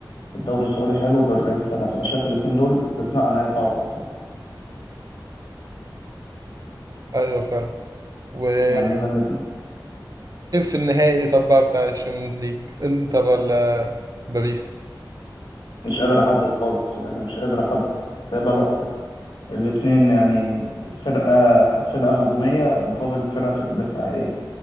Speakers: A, on the left; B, on the right.
A: في الدوري السعودي حلو ب 40 سنه فانا شايف الاثنين دول استثناء عن اي قاعده بصراحه
B: ايوه فعلا وشايف
A: يعني انا الاتنين
B: النهائي طب بقى بتاع الشامبيونز ليج انتر ولا باريس
A: مش قادر احدد خالص يعني مش قادر احدد بس هي بقى الوقت الاتنين يعني فرقة فرقة هجومية مقابل فرقة دفاعية